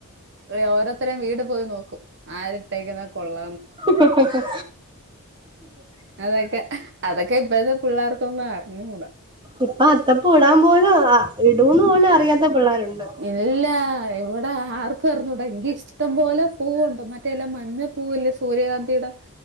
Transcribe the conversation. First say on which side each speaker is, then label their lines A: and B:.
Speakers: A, on the right; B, on the right.
A: ഓരോരുത്തേയും വീട് പോയി നോക്കും ആരിട്ടേക്കുന്ന കൊള്ള
B: ശെ
A: അതൊക്കെ അതൊക്കെ ഇപ്പോഴത്തെ പിള്ളേർക്കൊന്നും അറിഞ്ഞുകൂടാ
B: ഇപ്പ അത്തപ്പ ഇടാൻ പോലും ഇടൂന്ന് പോലും അറിയാത്ത പിള്ളേരുണ്ട്
A: ഇല്ല ഇവിടെ ഇവിടെ ആർക്കും ഇറഞ്ഞൂടാ എങ്കി ഇഷ്ടം പോലെ പൂവുണ്ടണ്ട് മറ്റേെല്ലാം മഞ്ഞ പൂവല്ലേ സൂര്യകാന്തിയുടെ